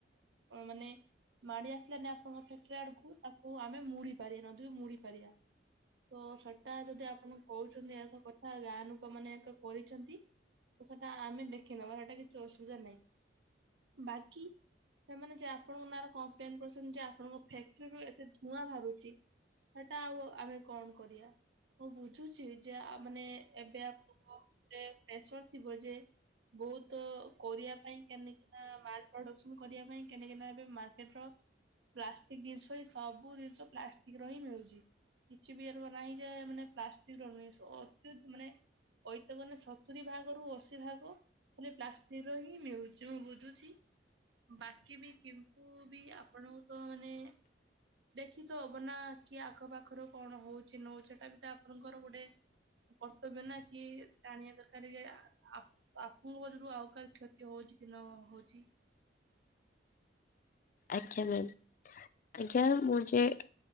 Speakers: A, on the right (about 80°); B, on the left (about 50°).
A: ମାନେ ମାଡି ଆସିଲାନି ଆପଣଙ୍କ ଫ୍ୟାକ୍ଟ୍ରି ଆଡକୁ ତାକୁ ଆମେ ମୁଡି ପାରିବା ନଦୀରୁ ମୁଡ଼ି ପାରିବା। ତ ସେଟା ଯଦି ଆପଣ କହୁଛନ୍ତି ଏହା ଏକ କଥା ଗାଁ ଲୋକମାନେ ଏୟା ତ କରିଛନ୍ତି ତ ସେଟା ଆମେ ଦେଖ ନବା ହେଟା କିଛି ଅସୁବିଧା ନାହିଁ ବାକି ସେମାନେ ଯେ ଆପଣଙ୍କ ନାଁରେ କମ୍ପ୍ଲେନ କରୁଛନ୍ତି ଯେ ଆପଣଙ୍କ ଫାକ୍ଟ୍ରି ରୁ ଏତେ ଧୂଆଁ ବାହାରୁଛି ସେଇଟା ଆଉ ଆମେ କଣ କରିଆ ମୁଁ ବୁଝୁଛି ଯେ ଆ ମାନେ ଏବେ ଆପଣଙ୍କ ଉପରେ ପ୍ରେସର ଥିବ ଯେ ବହୁତ କୋରିବା ପାଇଁ କେନକିନା ମା ପ୍ରଡକ୍ସନ କରିବା ପାଇଁ କେନକିନା ଏବେ ମାର୍କେଟ ର ପ୍ଲାଷ୍ଟିକ ଜିନିଷ ହ୍ନି ଏଇ ସବୁ ଜିନିଷ ପ୍ଲାଷ୍ଟିକ ର ହିଁ ମିଳୁଛି। କିଛି ବି ଏ ନାହିଁ ଯେ ମାନେ ପ୍ଲାଷ୍ଟିକ ର ନୁହେଁ ଅତ୍ୟ ମାନେ କଇତ ଗଲେ ସତୁରି ଭାଗରୁ ଅଶୀ ଭାଗ ଖାଲି ପ୍ଲାଷ୍ଟିକ ର ହିଁ ମିଳୁଛି ମୁଁ ବୁଝୁଛି ବାକି ବି କିନ୍ତୁ ବି ଆପଣଙ୍କୁ ତ ମାନେ ଦେଖି ତ ହବ ନା କି ଆଖ ପାାଖରୁ କଣ ହଉଛି ନ ହଉଛି ସେଟା ବି ତ ଆପଣଙ୍କର ଗୋଟେ କର୍ତ୍ତବ୍ୟ ନା କି ଜାଣିବା ଦରକାର ଯେ ଆ ଆପ ତ ଆପଣଙ୍କଜରୁ ଆଉ କାହାର କ୍ଷତି ହଉଛି କି ନ ହଉଛି
B: ଆଜ୍ଞା ମ ଆଜ୍ଞା ମୁେ